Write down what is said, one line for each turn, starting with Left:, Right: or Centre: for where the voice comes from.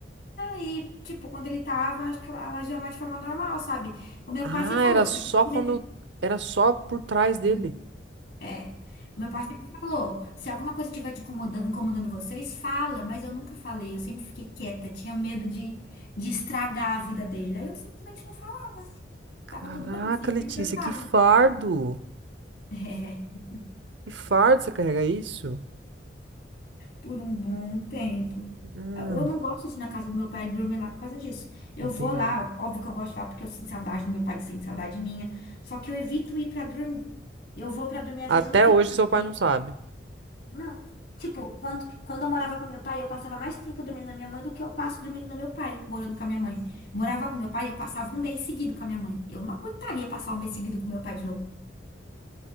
Left: e, tipo, quando ele tava, acho que ela agia mais de forma normal, sabe? O meu
Right: Ah,
Left: pai sempre falou,
Right: era
Left: se
Right: só
Left: alguma coisa
Right: quando.
Left: tiver... <laughs>
Right: Era só por trás
Left: Uhum.
Right: dele.
Left: É. O Meu pai sempre falou, se alguma coisa estiver te incomodando, incomodando vocês, fala, mas eu nunca falei, eu sempre fiquei quieta, tinha medo de, de estragar a vida dele. Aí eu simplesmente não falava.
Right: Caraca,
Left: Tava tudo bem, sempre
Right: Letícia,
Left: que ele perguntava.
Right: que fardo.
Left: <laughs>
Right: Que fardo você carregar isso?
Left: por um bom tempo.
Right: Hum,
Left: Eu não gosto de ir na casa do meu pai e dormir lá por causa disso. Eu
Right: entendi.
Left: vou lá, óbvio que eu gosto de lá porque eu sinto saudade do meu pai, ele sente saudade minha. Só que eu evito ir pra dormir. Eu vou pra dormir, às
Right: Até
Left: vezes eu não fico
Right: hoje
Left: tanto
Right: seu pai
Left: tempo.
Right: não sabe.
Left: Não. Tipo, quando, quando eu morava com meu pai, eu passava mais tempo dormindo na minha mãe do que eu passo dormindo no meu pai, morando com a minha mãe. Morava com meu pai, eu passava um mês seguido com a minha mãe. Eu não aguentaria passar um mês seguido com meu pai de novo.